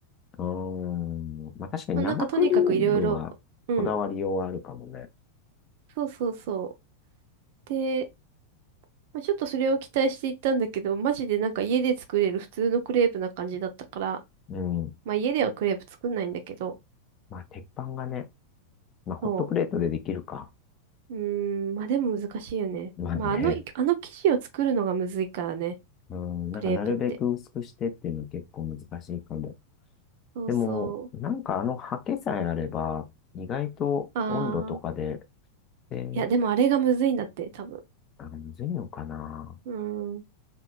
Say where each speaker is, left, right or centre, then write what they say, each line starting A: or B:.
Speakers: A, on the left (about 30°); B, on the right (about 50°).
A: うーん。まあ確かに生クリームはこだわりようはあるかもね。
B: まあ、なんかとにかくいろいろ、うん、そうそうそう。で、まあ、ちょっとそれを期待していったんだけど、マジでなんか家で作れる普通のクレープな感じだったから、
A: うん。
B: まあ家ではクレープ作んないんだけど、
A: まあ鉄板がね、まあ、ホットプレートでできるか。
B: そう。うーん、まあでも難しいよね。
A: <laughs> まあね。
B: まああの、あの生地を作るのがむずいからね、
A: うん、なんかなるべく薄くしてっていうのは結構難しいかも。
B: クレープって。そうそう。
A: でも、なんかあの刷毛さえあれば、意外と温度とかで、
B: あー。
A: で、
B: いや、でもあれがむずいんだって、多分。
A: あ、むずいのかな。
B: うーん。